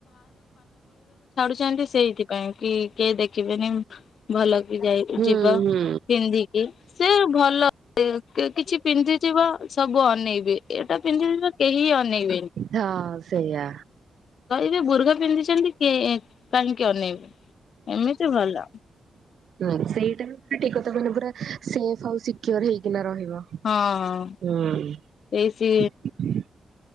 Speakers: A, on the left; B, on the right.
A: ଛନ୍ତି ସେଇଥିପାଇଁ କି କେହି ଦେଖିବେନି ଭଲ କି ଯାଇ
B: ହୁଁ
A: ଯିବ।
B: ହୁଁ
A: ପିନ୍ଧିକି ସେ ଭଲ କିଛି ପିନ୍ଧିଥିବ। ସବୁ ଅନେଇବେ ଏଇଟା ପିନ୍ଧି କେହି ଅନେଇବେନି।
B: ହଁ ସେଇଆ
A: କହିବେ ବୁର୍ଗା ପିନ୍ଧିଛନ୍ତି କି କାହିଁକି ଅନେଇବେ ଏମିତି ଭଲ।
B: ହଁ ସେଇଟା ପୁରା ବି ଠିକ କଥା ମାନେ ପୁରା ସେଫ୍ ଆଉ ସିକିୱର ହେଇକିନା ରହିବେ।
A: ହଁ
B: ହୁଁ।
A: ସେଇ ସି